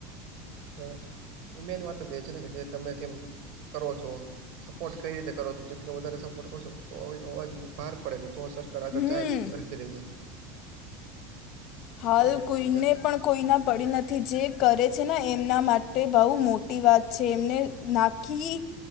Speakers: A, on the right; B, on the left.
A: હ, મેન વાત જે તમે કેમ કરો છો? સપોર્ટ કઈ રીતે કરો છો? જેટલો વધારે સપોર્ટ કરશો. તો અવાજ ન ભાર પડે ને તો સરકાર આગળ
B: હમ
A: જાય સરખી રીતેે.
B: હાલ
A: એ રીતે
B: કોઈને
A: છે અત્યારે
B: પણ કોઈના પડી નથી. જે કરે છે ને એમના માટે બહુ મોટી વાત છે. એમને નાકી